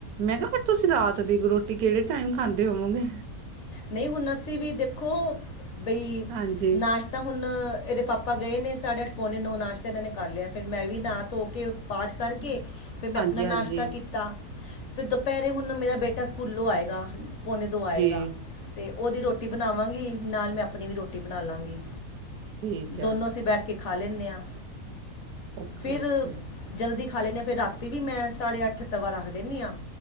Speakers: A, on the right (about 75°); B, on the left (about 60°).
A: ਮੈਂ ਕਿਹਾ ਫਿਰ ਤੁਸੀਂ ਰਾਤ ਦੀ ਰੋਟੀ ਤੇ ਕਿਹੜੇ ਟਾਈਮ ਖਾਂਦੇ ਹੋਵੋਗੇ
B: ਨਹੀਂ ਹੁਣ ਅਸੀਂ ਵੀ ਦੇਖੋ ਬਈ
A: ਹਾਂਜੀ
B: ਨਾਸ਼ਤਾ ਤਾਂ ਹੁਣ ਇਹਦੇ ਪਾਪਾ ਗਏ ਨੇ ਸਾਡੇ ਅੱਠ ਪੌਨੇ ਨੂੰ ਆ ਨਾਸ਼ਤਾ ਇਹਨਾਂ ਨੇ ਕਰ ਲਿਆ ਫਿਰ ਮੈਂ ਵੀ ਨਾਹਾ ਧੋ ਕੇ ਪਾਠ ਕਰਕੇ ਫਿਰ ਮੈਂ
A: ਹਾਂਜੀ
B: ਆਪਣਾ ਨਾਸ਼ਤਾ
A: ਹਾਂਜੀ
B: ਕੀਤਾ ਫਿਰ ਦੁਪਹਿਰੇ ਹੁਣ ਮੇਰਾ ਬੇਟਾ ਸਕੂਲੋਂ ਆਏਗਾ! ਪੌਣੇ ਦੋ ਆਏਗਾ
A: ਜੀ
B: ਤੇ ਉਹਦੀ ਰੋਟੀ ਬਣਾਵਾਂਗੀ ਨਾਲ ਮੈਂ ਆਪਣੀ ਵੀ ਰੋਟੀ ਬਣਾ ਲਵਾਂਗੀ
A: ਠੀਕ ਹੈ
B: ਦੋਨੋਂ ਅਸੀਂ ਬੈਠ ਕੇ ਕੇ ਖਾ ਲੈਂਦੇ ਹਾਂ
A: ਓਕੇ
B: ਫਿਰ
A: ਓਕੇ
B: ਜਲਦੀ ਖਾ ਲੈਂਦੇ ਹਾਂ ਫਿਰ ਰਾਤੀ ਵੀ ਮੈਂ ਸਾਡੇ ਅੱਠ ਤਵਾ ਰੱਖ ਦਿੰਦੀ ਹਾਂ।